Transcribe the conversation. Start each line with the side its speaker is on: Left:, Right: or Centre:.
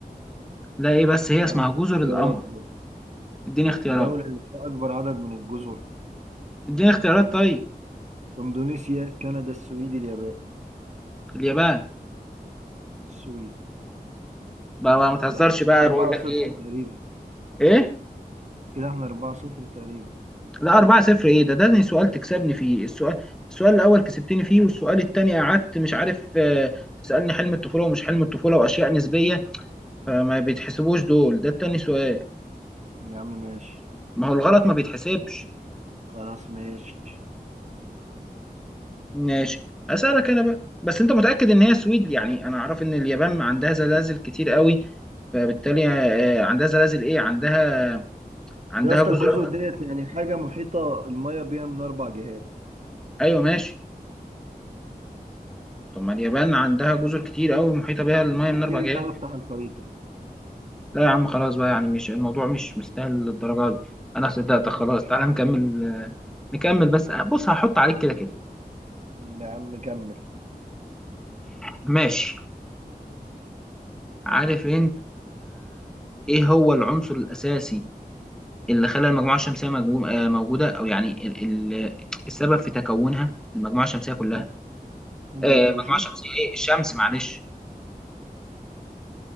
Centre: لا ايه بس هي
Right: يا
Centre: اسمها
Right: عم
Centre: جزر
Right: خد اختيارات
Centre: القمر
Right: اهو
Centre: اديني اختيارات
Right: الدولة اللي فيها أكبر عدد من الجزر
Centre: اديني اختيارات طيب
Right: إندونيسيا كندا السويد اليابان
Centre: اليابان
Right: السويد
Centre: بقى بقى ما تهزرش
Right: ده احنا
Centre: بقى
Right: 4
Centre: بقول لك
Right: صفر
Centre: ايه
Right: تقريبا
Centre: ايه
Right: كده احنا 4 صفر تقريبا
Centre: لا 4 0 ايه ده ده زي سؤال تكسبني فيه السؤال السؤال الاول كسبتني فيه والسؤال التاني قعدت مش عارف آه، تسألني حلم الطفولة ومش حلم الطفولة واشياء نسبية فما بيتحسبوش دول ده التاني سؤال
Right: يعني يا عم ماشي
Centre: ما هو الغلط ما بيتحسبش
Right: خلاص ماشي
Centre: ماشي اسألك انا بقى بس انت متأكد ان هي سويد يعني انا اعرف ان اليابان عندها زلازل كتير قوي فبالتالي آه، عندها زلازل ايه عندها عندها
Right: يا اسطى
Centre: جزر
Right: الجزر ديت يعني حاجة محيطة المية بيها من أربع جهات
Centre: ايوه ماشي طب ما اليابان عندها جزر كتير قوي محيطة بها المية من اربع
Right: ايه
Centre: جهات
Right: ده افتح الخريطة
Centre: لا يا عم خلاص بقى يعني مش الموضوع مش مستاهل للدرجة دي انا صدقتك خلاص
Right: مم.
Centre: تعالى نكمل آه، نكمل بس آه، بص هحط عليك كده كده
Right: يا عم كمل
Centre: ماشي عارف انت ايه هو العنصر الاساسي اللي خلى المجموعة الشمسية مجمو- آه، موجودة او يعني ال- ال- السبب في تكونها المجموعة الشمسية كلها
Right: مم.
Centre: آه،
Right: نيتروجين
Centre: المجموعة الشمسية ايه الشمس معلش